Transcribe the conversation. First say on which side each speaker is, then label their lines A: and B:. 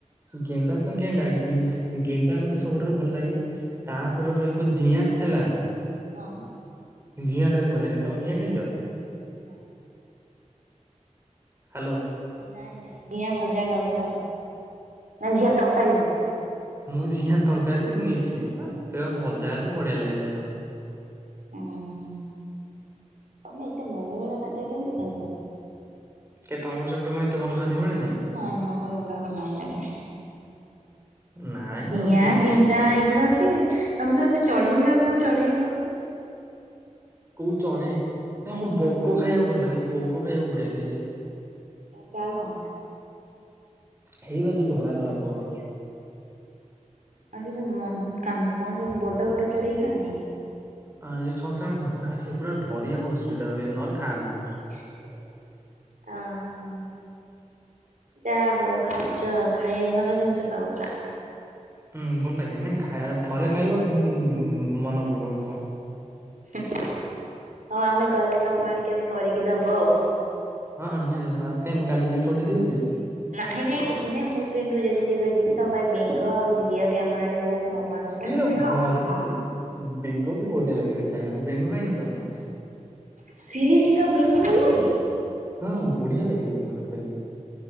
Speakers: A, on the right; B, on the right.
A: ଗେଣ୍ଡା ତ ଗେଣ୍ଡା, ଗେଣ୍ଡା ମତେ ସବୁଠାରୁ ଭଲ ଲାଗେ। ତାପରେ ରହିବ ଜିଆଁ ହେଲା।
B: ହଁ ଅଁ
A: ଜିଆଟା ବି ବଢିଆ ଲାଗେ, ତମେ ଜିଆ ଖାଇଛ?
B: <unintelligible>
A: ହ୍ୟାଲୋ
B: ନାଇଁ ନାଇଁ ଜିଆଁ ଭଜା ଖାଉଛ ଆଉ ନା ଜିଆଁ ତରକାରୀ ହୁଏ
A: ମୁଁ ଜିଆଁ ତରକାରୀ ମିକ୍ସ ଭଜା ହେଲେ ବଢିଆ ଲାଗେ ଖାଇଵାକୁ
B: ଉଁ ହୁଁ ତମେ ଏତେ ଭଲ ଭଲ ଖାଦ୍ୟ କେମିତି ଖାଇପାରୁଛ?
A: କେ ତମର ସେପଟେ କଣ ଏତେ ଭଲ? ଖାଦ୍ୟ ମିଳେ
B: ନାଇଁ ନାଇଁ ଆମର ଏଗୁଡାକ ନାଇଁ ଆଡେ
A: ନାଇଁ
B: ଜିଆଁ
A: ଆଉ କିଏ କଣ
B: ଗେଣ୍ଡା
A: କରିବ
B: ଏଇଗୁଡା କିଏ? ତମେ ତ ସେ ଚଢେଇ ଗୁଡାକ- କୋଉ ଚଢେଇ ଖାଉଥିବ?
A: କୋଉ ଚଢେଇ, ହଁ ବଗ ଖାଇବାକୁ ଭଲ ଲାଗେ, ବଗ ଖାଇବାକୁ ବଢିଆ ଲାଗେ।
B: ତାପରେ ଆଉ କଣ?
A: ହେଇ ବା ଯଉ ଧଳା ଧଳା ବଗ।
B: ଆଉ ସେ ଯୋଉ କଣ ସେ ବଡ ବଡ ଚଢେଇ ଖାଅନି?
A: ହଁ ଯୋଉ ଛଞ୍ଚାଣ ଫଞ୍ଚାଣ ନାଇଁ ସେଗୁଡା ଧରିବାକୁ ଅସୁବିଧା ହୁଏ, ନହେଲେ ଖାଆନ୍ତୁ।
B: <unintelligible> ଆ ହଁ ଯା ହଉ ଖାଉଛ ଆଉ, ଖାଇବା ଭଲ ଜିନିଷ ଖାଉଛ।
A: ହୁଁ ଭଲ ଲାଗେ ନାଇଁ, ଖାଇବା ଥରେ ଖାଇବ, ସେମିତି ମନେ ପକଉଥିବ।
B: ହଉ ଆମେ ଗଲେ ତମ ଆଡେ କେବେ କରିକି ଦବ ଆଉ
A: ହଁ ହଁ ନିହାତୀ ମୁଁ କାଲି ଯିବି ପଠେଇ ଦେଇ ଆସିବି।
B: ନାଁଇ ନାଇ କିଛି ନାଇଁ ମୁଁ କିନ୍ତୁ ଯଦି ଯିବ ଯିବି ତମ ପାଇଁ ବେଙ୍ଗ ଆଉ ଜିଆ ବି ଆମର ଆଡେ ବହୁତ ଲମ୍ବା ଲମ୍ବା।
A: ଇରେ ହଁରେ ସେ ବେଙ୍ଗ ବି ବଢିଆ ଲାଗେ ରେ ଖାଇବାକୁ ବେଙ୍ଗ ଖାଇନ ତମେ?
B: ସିରିଅସ୍ଲି ତମକୁ ବେଙ୍ଗ ଭଲ ଲାଗେ?
A: ହଁ ବଢିଆ ଲାଗେ ବେଙ୍ଗ ଟୋଟାଲି